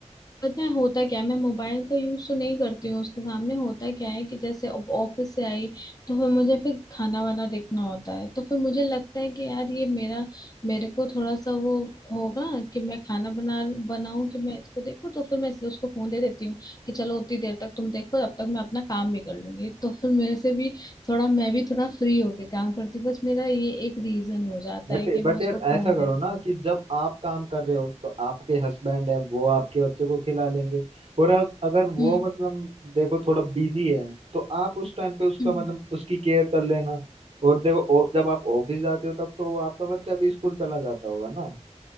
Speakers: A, on the left (about 30°); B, on the right (about 55°).
A: पता है होता क्या है मैं मोबाइल का यूज तो नहीं करती हूँ उसके सामने होता क्या है कि जैसे अब ऑफिस से आई तो फिर मुझे फिर खाना वाना देखना होता है तो फिर मुझे लगता है कि यार ये मेरा मेरे को थोड़ा सा वो होगा कि मैं खाना बना बनाऊं कि मैं इसको देखूं तो फिर मैं इसलिए उसको फोन दे देती हूँ कि चलो उतनी देर तक तुम देखो तब तक मैं अपना काम भी कर लूंगी तो फिर मेरे से भी थोड़ा मैं भी थोड़ा फ्री होके काम करती हूँ। बस मेरा ये एक रीजन हो जाता
B: बट
A: है कि मैं
B: बट
A: उसको
B: यार ऐसा
A: फोन
B: करो
A: दे देती
B: ना कि जब आप काम कर रहे हो तो आपके हस्बैंड है वो आपके बच्चे को खिला लेंगे और अ- अगर
A: हूँ।
B: वो
A: हम्म
B: मतलब देखो थोड़ा बिजी है तो आप उस टाइम पे उसका
A: हम्म
B: मतलब उसकी केयर कर लेना और देखो ओ- जब आप ऑफिस जाते हो तब तो वो आपका बच्चा भी स्कूल चला जाता होगा ना